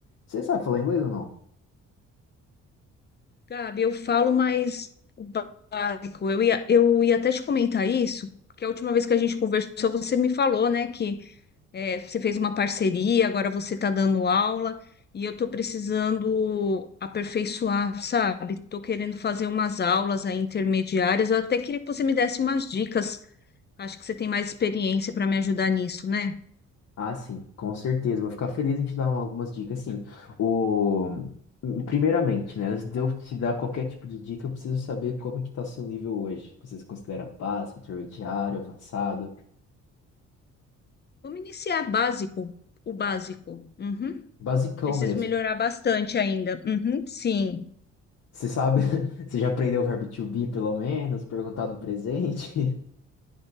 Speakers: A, on the left; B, on the left.
A: Você sabe falar inglês ou não?
B: Gabi, eu falo mais o ba- básico. Eu ia, eu ia até te comentar isso, porque a última vez que a gente conversou, você me falou, né, que é, você fez uma parceria, agora você está dando aula, e eu estou precisando aperfeiçoar, sabe? Estou querendo fazer umas aulas aí intermediárias. Eu até queria que você me desse umas dicas. Acho que você tem mais experiência para me ajudar nisso, né?
A: Ah, sim, com certeza. Vou ficar feliz em te dar algumas dicas, sim. O... Primeiramente, né, antes de eu te dar qualquer tipo de dica, eu preciso saber como é que tá seu nível hoje. Você se considera básico, intermediário, avançado?
B: Vamos iniciar básico, o básico. Uhum.
A: Basicão
B: Preciso
A: mesmo.
B: melhorar bastante ainda. Uhum, sim.
A: Você sabe, <laughs> você já aprendeu o verbo to be, pelo menos, perguntar no presente?